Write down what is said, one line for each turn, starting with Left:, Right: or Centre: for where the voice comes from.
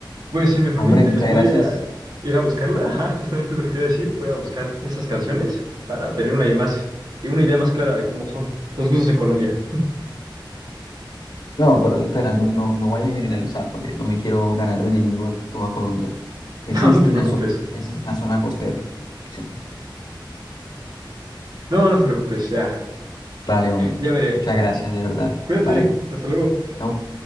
Right: pues si me permites,
Left: hombre, muchas
Right: voy
Left: gracias.
Right: a ir a buscarla. Ajá, justamente lo que te iba a decir. Voy a buscar esas canciones para tener una idea más, una idea más clara de cómo son los gustos en Colombia. <laughs>
Left: No, pero espera, no, no, no vayas a generalizar porque no me quiero ganar de enemigo a toda Colombia. Ese
Right: No,
Left: es
Right: no te
Left: en
Right: preocupes.
Left: la zona, ese es en la zona costera. Sí.
Right: No, no te preocupes. Ya,
Left: Vale, hombre.
Right: ya veré.
Left: Muchas gracias, de verdad.
Right: Cuídate.
Left: Vale.
Right: Hasta luego.
Left: Chao.